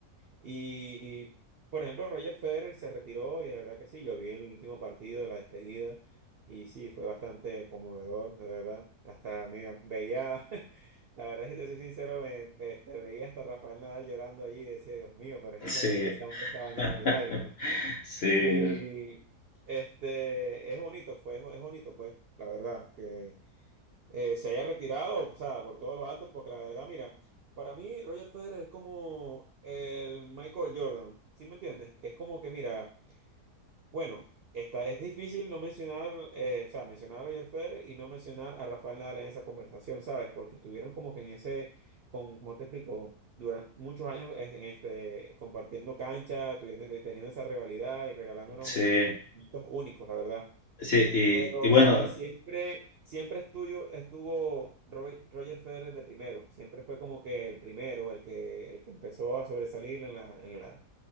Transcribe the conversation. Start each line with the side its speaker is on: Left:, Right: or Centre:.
Right: Y, por ejemplo, Roger Federer se retiró y de verdad que sí, yo vi el último partido de la despedida y sí, fue bastante conmovedor, de verdad. Hasta mira, veía, <laughs> la verdad, si te soy sincero, me- este, veía hasta Rafael Nadal llorando allí y decía, Dios mío, pero es que
Left: Sí,
Right: ese, hom- ese hombre está bañado
Left: <laughs>
Right: en lágrimas.
Left: sí,
Right: Y este, es bonito, fue, es bonito, pues, la verdad, que eh, se haya retirado, o sea, por todo lo alto, porque la verdad, mira, para mí Roger Federer es como el Michael Jordan, ¿sí me entiendes? Es como que, mira, bueno, está, es difícil no mencionar, eh, o sea, mencionar a Roger Federer y no mencionar a Rafael Nadal en esa conversación, ¿sabes? Porque estuvieron como que en ese, con, ¿cómo te explico? Durante muchos años es- en este, compartiendo cancha, tuviendo- teniendo esa rivalidad y regalándonos
Left: sí,
Right: momentos únicos, la verdad.
Left: sí, y,
Right: Pero,
Left: y bueno,
Right: ¿sabes? Siempre, siempre estuvo, estuvo Robe- Roger Federer de primero. Siempre fue como que el primero, el que, el que empezó a sobresalir en la, en la,